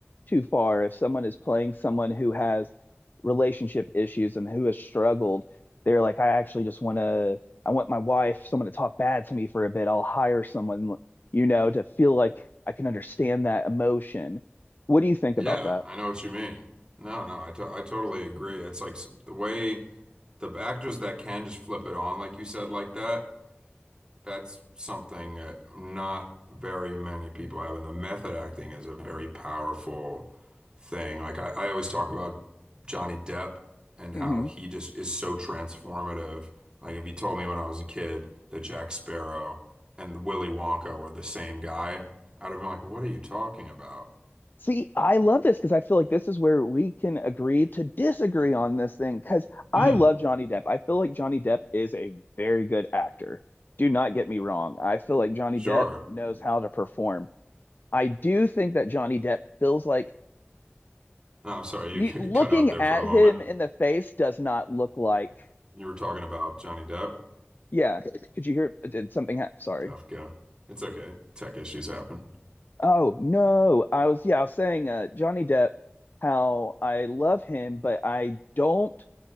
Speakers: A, on the left; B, on the right.
A: too far. If someone is playing someone who has relationship issues and who has struggled, they're like, I actually just want to, I want my wife, someone to talk bad to me for a bit. I'll hire someone, you know, to feel like I can understand that emotion. What do you think
B: Yeah,
A: about that?
B: I know what you mean. No, no, I to I totally agree. It's like s- the way the actors that can just flip it on, like you said, like that, that's something that not very many people have. And the method acting is a very powerful thing. Like I, I always talk about Johnny Depp and
A: Mhm.
B: how he just is so transformative. Like if you told me when I was a kid that Jack Sparrow and Willy Wonka were the same guy, I'd have been like, "What are you talking about?"
A: See, I love this because I feel like this is where we can agree to disagree on this thing because I
B: Hmm,
A: love Johnny Depp. I feel like Johnny Depp is a very good actor. Do not get me wrong. I feel like Johnny
B: sure.
A: Depp knows how to perform. I do think that Johnny Depp feels like
B: No, I'm sorry,
A: you
B: you <laughs>
A: looking
B: cut out there
A: at
B: for a moment.
A: him in the face does not look like,
B: You were talking about Johnny Depp.
A: yeah. Could you hear? Did something happen? Sorry.
B: Tough go. It's okay. Tech issues happen.
A: Oh, no. I was, yeah, I was saying uh, Johnny Depp, how I love him, but I don't